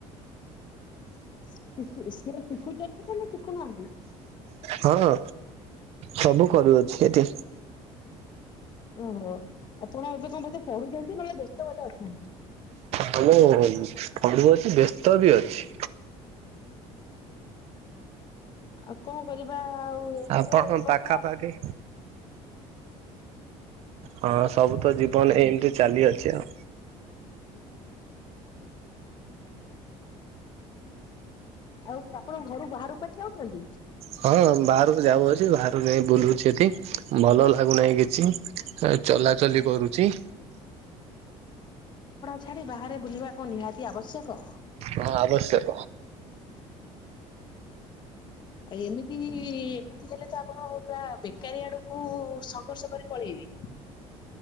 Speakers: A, on the left; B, on the right.
A: ସି-ସି-ସିଏ ଶିଖୁଚନ୍ତି ନା ସେ ଶିଖୁନାହାନ୍ତି।
B: ହଁ ସବୁ କରୁଅଛି ଏଠି।
A: ଓହୋ ଆପଣ ଏବେ କଁ ବୋଧେ ପଢୁଛନ୍ତି ନହେଲେ ବ୍ୟସ୍ତ ବୋଧେ ଅଛନ୍ତି।
B: ହଁ ମୁଁ ପଢୁଅଛି ବ୍ୟସ୍ତ ବି ଅଛି।
A: ଆଉ କଣ କରିବା ଆଉ ଏଇ
B: ଆଉ
A: ତ
B: ତମ
A: ଜୀବନ
B: ପାଖାପାଖି ହଁ ସବୁ ତ ଜୀବନ ଏମତି ଚାଲି ଆ ସେଇଆ।
A: ଆଉ ଆପଣ ଘରୁ ବାହରକୁ କୁଆଡେ ଯାଉଚନ୍ତି?
B: ହଁ ବାହାରକୁ ଯାଉଅଛି ବାହାରକୁ ଯାଇ ବୁଲୁଛି ଏଠି ଭଲ ଲାଗୁନାହିଁ କିଛି। ଏ ଚଲାଚଲି କରୁଚି।
A: ଛାଡ଼ି ବାହାରେ ବୁଲିବା କଣ ନିହାତି ଆବଶ୍ୟକ?
B: ହଁ ଆବଶ୍ୟକ।
A: ଏଇ ଏମିତି ଏମିତି ହେଲେ ତ ଆପଣ ପୁରା ବେକାରୀ ଆଡକୁ ସଂଘର୍ଷ କରି ପଳେଇବି।